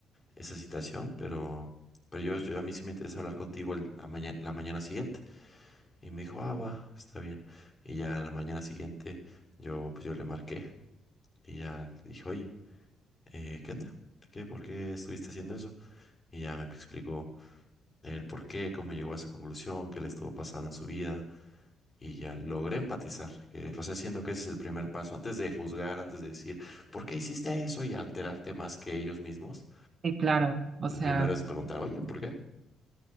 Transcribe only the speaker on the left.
esa situación, pero, pero yo, yo- a mí sí me interesa hablar contigo el- la maña- la mañana siguiente. Y me dijo, ah, va, está bien. Y ya la mañana siguiente yo, pues yo le marqué y ya le dije, oye, eh, ¿qué onda? ¿Qué, por qué estuviste haciendo eso? Y ya me explicó el por qué, cómo llegó a esa conclusión, qué le estuvo pasando en su vida. Y ya logré empatizar, que, o sea, siento que ese es el primer paso, antes de juzgar, antes de decir, ¿por qué hiciste eso? Y alterarte más que ellos mismos.
Lo primero es preguntar, oye, ¿por qué?